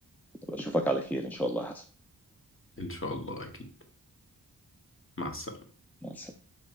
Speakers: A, in the centre; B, on the left.
A: أشوفك على خير إن شاء الله يا حسن
B: ان شاء الله اكيد مع السلامة
A: مع السلامة.